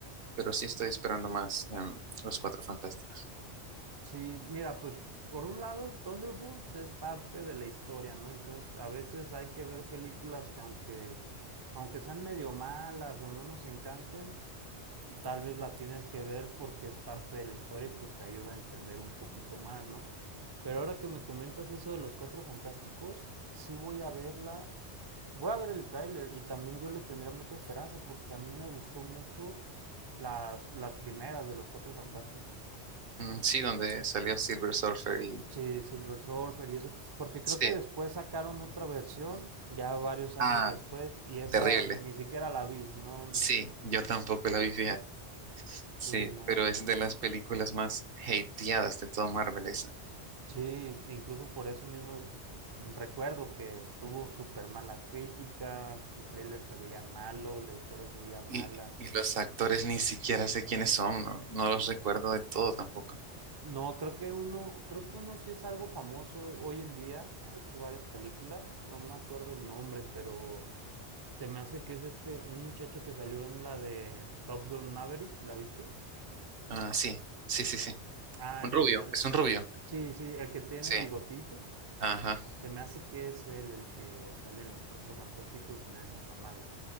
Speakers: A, on the right (about 55°); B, on the right (about 30°).
A: pero sí estoy esperando más em, los Cuatro Fantásticos.
B: Sí, mira, pues por un lado, Thunderbolts es parte de la historia, ¿no? Entonces, a veces hay que ver películas que aunque, aunque sean medio malas o no nos encanten, tal vez la tienes que ver porque es parte de la historia y pues te ayuda a entender un poquito más, ¿no? Pero ahora que me comentas eso de los cuatro fantásticos, sí voy a verla, voy a ver el tráiler y también yo le tendría mucha esperanza porque a mí me gustó mucho las, las primeras de los cuatro fantásticos.
A: Mm, sí, donde salió Silver Surfer y...
B: Sí, Silver Surfer y eso, porque creo
A: Sí.
B: que después sacaron otra versión, ya varios años
A: Ah,
B: después, y esa
A: terrible.
B: ni siquiera la vi, no,
A: Sí, yo tampoco la vi, fija.
B: sí,
A: Sí,
B: no.
A: pero es de las películas más hateadas de todo Marvel esa.
B: Sí, incluso por eso mismo mm, recuerdo que tuvo súper mala crítica, el tráiler se veía malo, la historia se veía mala.
A: Y, y los actores ni siquiera sé quiénes son, no, no los recuerdo del todo tampoco.
B: No, creo que uno, creo que uno sí es algo famoso hoy en día, ha hecho varias películas, no me acuerdo el nombre, pero se me hace que es este, un muchacho que salió en la de Top Gun Maverick, ¿la viste?
A: Ah, sí, sí, sí, sí.
B: Ah,
A: Un
B: el
A: rubio,
B: que sale,
A: es un rubio.
B: sí, sí, el que tiene
A: Sí,
B: bigotito,
A: ajá.
B: se me hace que es él el que sale en Los Cuatro Fantásticos en esa, en la mala.